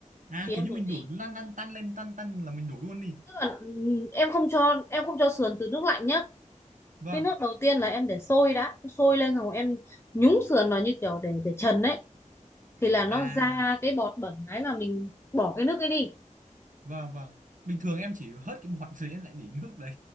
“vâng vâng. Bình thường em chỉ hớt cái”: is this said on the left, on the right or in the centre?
Right